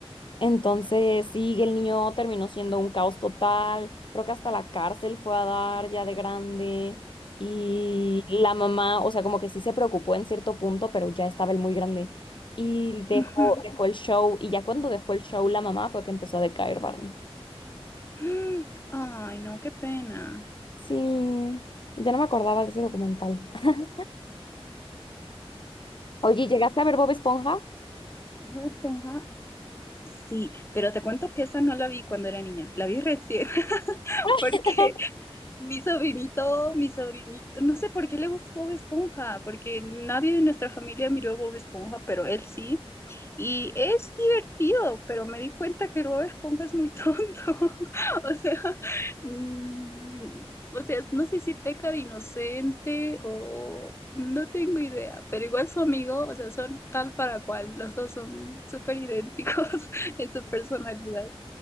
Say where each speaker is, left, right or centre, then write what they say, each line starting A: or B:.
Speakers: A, on the left (about 50°); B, on the left (about 25°).
A: Entonces, sí, el niño terminó siendo un caos total. Creo que hasta la cárcel fue a dar ya de grande. Y la mamá, o sea, como que sí se preocupó en cierto punto, pero ya estaba él muy grande. Y dejó,
B: ujú.
A: dejó el show. Y ya cuando dejó el show, la mamá fue que empezó a decaer Barney.
B: <gasps> Mm, Ay, no, qué pena.
A: Sí, ya no me acordaba de ese documental. <laughs> Oye, ¿llegaste a ver Bob Esponja?
B: ¿Bob Esponja? Sí, pero te cuento que esa no la vi cuando era niña, la vi recién, <laughs>
A: <laughs>
B: porque mi sobrinito, mi sobrinito, no sé por qué le gustó Bob Esponja, porque nadie de nuestra familia miró Bob Esponja, pero él sí, Y es divertido, pero me di cuenta que Bob Esponja es muy tonto. <laughs> O sea, mm, o sea, no sé si peca de inocente o no tengo idea, pero igual su amigo, o sea, son tal para cual. Los dos son súper idénticos <laughs> en su personalidad,